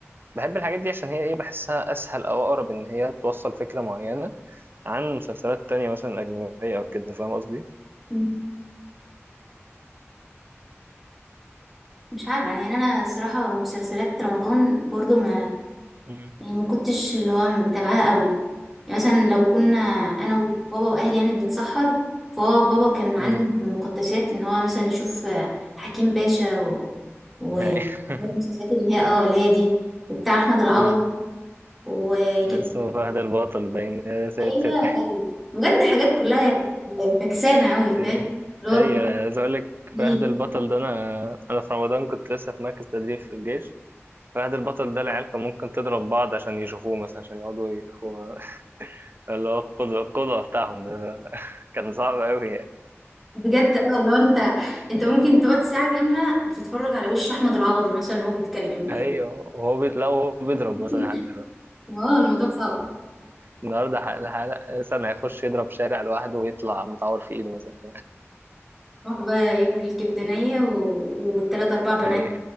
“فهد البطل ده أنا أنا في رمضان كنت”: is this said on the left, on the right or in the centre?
Right